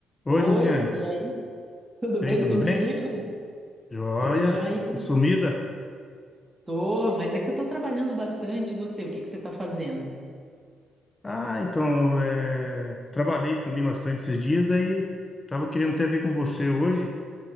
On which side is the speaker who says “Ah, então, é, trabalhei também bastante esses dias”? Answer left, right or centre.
Left